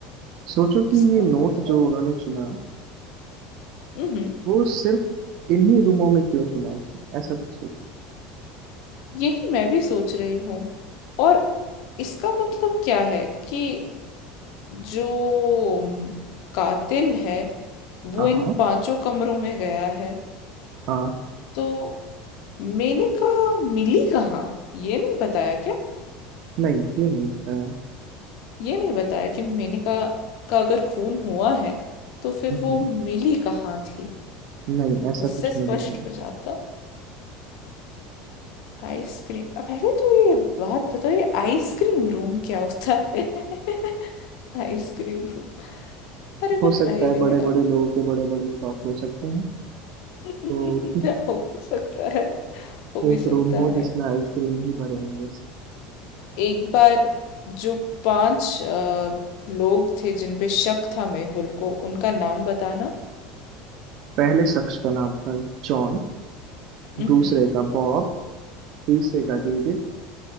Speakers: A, on the right (about 50°); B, on the left (about 60°).
A: सोचो कि
B: इसका
A: ये
B: मतलब
A: नोट जो उन्होंने चुना
B: हम्म
A: वो सिर्फ इन्हीं रूमों में क्यों चुना उसने ऐसा कुछ सोचो
B: यही मैं भी सोच रही हूँ और इसका मतलब क्या है कि जो म, कातिल है वो
A: हाँ
B: इन
A: हाँ
B: पांचों कमरों में गया है
A: हाँ
B: तो मेनका मिली कहाँ ये नहीं बताया क्या
A: नहीं ये नहीं बताया
B: ये नहीं बताया कि मेनका का अगर खून हुआ है तो फिर
A: हम्म,
B: वो मिली कहाँ थी
A: नहीं ऐसा
B: उससे
A: कुछ
B: स्पष्ट
A: नहीं बताया
B: हो जाता आइसक्रीम अब पहले तो ये बात बताओ ये आइसक्रीम रूम क्या होता है <laughs> Ice cream room अरे
A: हो
B: पर
A: सकता
B: पहले
A: है
B: में
A: बड़े बड़े लोगों के बड़े बड़े शौक हो सकते हैं
B: डाला
A: तो
B: <laughs> हो भी सकता है हो भी
A: एक
B: सकता
A: रूम हो जिसमें
B: है
A: आइसक्रीम ही भरे हों बस
B: एक बार जो पांच अ, लोग थे जिन पे शक था मेहुल को उनका नाम बताना
A: पहले शख्स का नाम था जॉन
B: हम्म
A: दूसरे का बॉब तीसरे का डेविड